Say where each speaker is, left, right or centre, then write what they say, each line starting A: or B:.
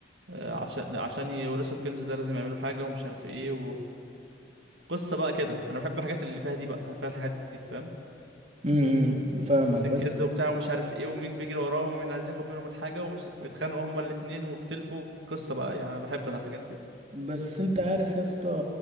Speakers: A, on the right; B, on the right.
A: آه، عشان عشان يورثوا الكنز ده لازم يعملوا حاجة ومش عارف ايه قصه بقى كده انا بحب الحاجات اللي فيها دي بقى فيها الحاجات دي فاهم
B: امم فاهمك
A: وارسين
B: بس
A: كنز وبتاع ومش عارف ايه ومين بيجري وراهم ومين عايز ياخد منهم الحاجه ومش واتخانقوا هما الاتنين واختلفوا قصه بقى يعني بحب انا الحاجات دي
B: بس انت عارف يا اسطى